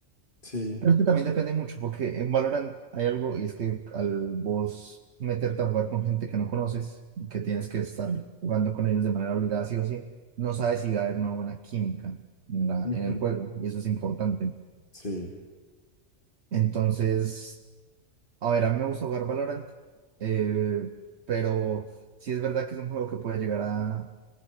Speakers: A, on the left; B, on the right.
A: Sí.
B: Creo que también depende mucho, porque en Valorant hay algo, y es que al vos meterte a jugar con gente que no conoces, que tienes que estar jugando con ellos de manera obligada, sí o sí, no sabes si va a haber una buena química en la,
A: Ujú.
B: en el juego, y eso es importante.
A: Sí.
B: Entonces, a ver, a mí me gusta jugar Valorant, eh, pero sí es verdad que es un juego que puede llegar a,